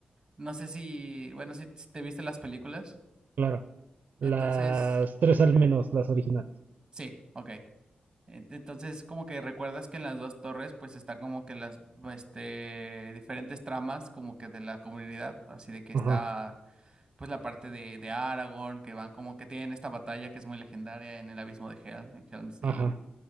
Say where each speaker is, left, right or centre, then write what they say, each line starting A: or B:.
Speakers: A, on the right; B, on the right.
A: no sé si, bueno, si si te viste las películas,
B: claro. Las
A: entonces,
B: tres al menos, las originales.
A: sí, ok. En- Entonces, como que recuerdas que en las dos torres, pues está como que las, este, diferentes tramas como que de la comunidad, así de que
B: Ajá,
A: está, pues la parte de, de Aragorn, que van como que tienen esta batalla que es muy legendaria en el abismo de Helm, en Helm's Deep.
B: ajá.